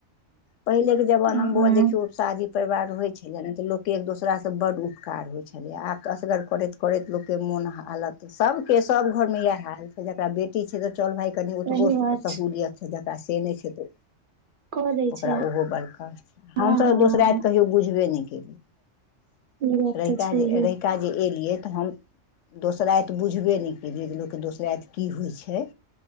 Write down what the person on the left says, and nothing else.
पहिले के जबाना
मे
देखियौ शाझी परिवार होइ छलैया ने त लोक के एक दोसरा से बड उपकार होइ छलैया आब तऽ असगर करति करति लोक के मोन हालत तऽ सबके सब घरमे इएह हाल छै जकरा बेटी छै तऽ चल भाइ कनि
ओतबो
सहूलियत छै जकरा से नय छै तऽ ओ
ओकरा
ओहो बरकास
हमसभ तऽ
दोसराति कहियो बुझबे नय केलीयै
रहिका
जे रहिका जे एलियै तऽ हम दोसराति बुझबे नय केलियै जे लोक के दोसराति की होइ छै